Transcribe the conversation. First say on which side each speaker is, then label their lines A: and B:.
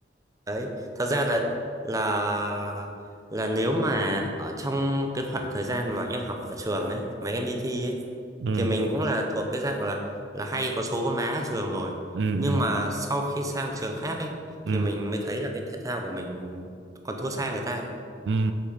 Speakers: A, on the right; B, on the right.
A: đấy thật ra là là là nếu mà ở trong cái khoảng thời gian mà em học ở trường ấy mà em đi thi ấy
B: ừ
A: thì mình cũng là thuộc cái dạng là là hay có số có má ở trường rồi
B: ừ
A: nhưng
B: ừ
A: mà sau khi sang trường khác ấy
B: ừ
A: thì mình mới thấy là cái thể thao của mình còn thua xa người ta
B: ừ